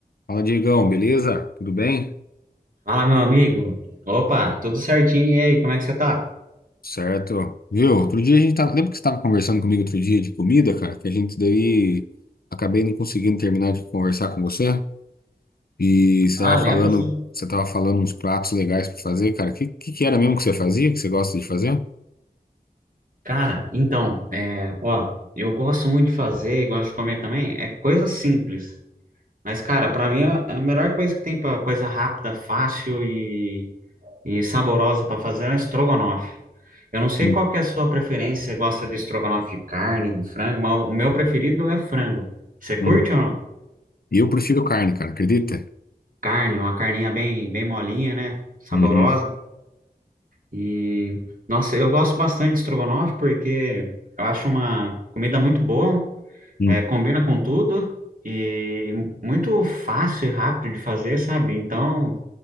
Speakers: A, on the left; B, on the right.
A: Fala, Diegão, beleza? Tudo bem?
B: Fala, meu amigo. Opa, tudo certinho? E aí, como é que você tá?
A: Certo. Viu? Outro dia a gente tava. Lembra que você estava conversando comigo outro dia de comida, cara? Que a gente daí acabei não conseguindo terminar de conversar com você. E você
B: Ah,
A: tava
B: lembro
A: falando,
B: sim.
A: você tava falando uns pratos legais para fazer, cara. O que, que que era mesmo que você fazia, que você gosta de fazer?
B: Cara, então, é, ó, eu gosto muito de fazer e gosto de comer também, é coisa simples. Mas, cara, pra mim a a melhor coisa que tem pra coisa rápida, fácil e, e saborosa pra fazer é o estrogonofe. Eu não sei
A: Hum,
B: qual que é a sua preferência, você gosta de estrogonofe de carne, de frango, mas o meu preferido é frango. Você curte
A: hum.
B: ou não?
A: E eu prefiro carne, cara, acredita?
B: Carne, uma carninha bem, bem molinha, né? Saborosa.
A: Uhum.
B: E, nossa, eu gosto bastante de estrogonofe porque eu acho uma comida muito boa,
A: hum.
B: é, combina com tudo e muito fácil e rápido de fazer, sabe? Então,